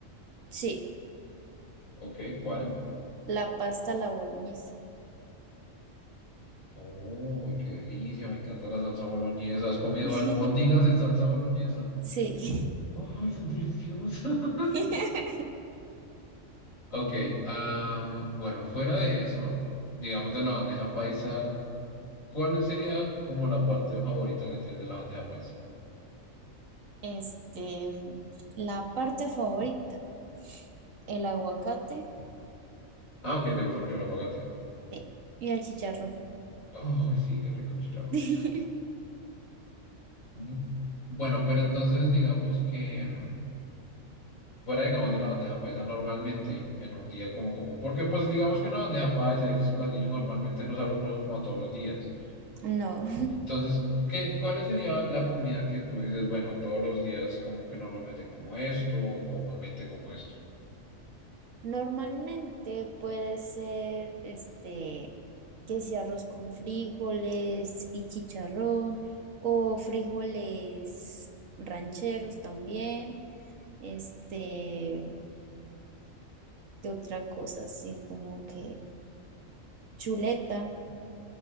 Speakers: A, on the right; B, on the left.
A: Sí,
B: Ok, ¿cuál?
A: la pasta, a la boloñesa.
B: Uy, qué delicia, me encanta la salsa boloñesa. ¿Has comido
A: <laughs>
B: albóndigas en salsa boloñesa?
A: Sí.
B: Ay, son deliciosas. <laughs>
A: <laughs>
B: Ok, ah, bueno, fuera de eso, digamos de la bandeja paisa, ¿cuál sería como la parte favorita que tienes de la bandeja paisa?
A: Este, la parte favorita, el aguacate,
B: Ah, ok, ¿te gusta mucho el aguacate?
A: sí, y el chicharrón.
B: Ay, sí, qué rico el chicharrón.
A: <laughs>
B: Bu- Bueno, pero entonces digamos que... mm, Fuera, digamos, de la bandeja paisa normalmente en un día como común. Porque, pues, digamos que una bandeja paisa y esos platillos normalmente no salgo algo como, como a todos los días.
A: No.
B: Entonces, ¿qué, cuál sería la comida que tú dices, bueno, todos los días como que normalmente como esto o comúnmente como esto?
A: Normalmente puede ser este que sea arroz con frijoles y chicharrón o frijoles rancheros también. Este, ¿qué otra cosa? Así como que chuleta.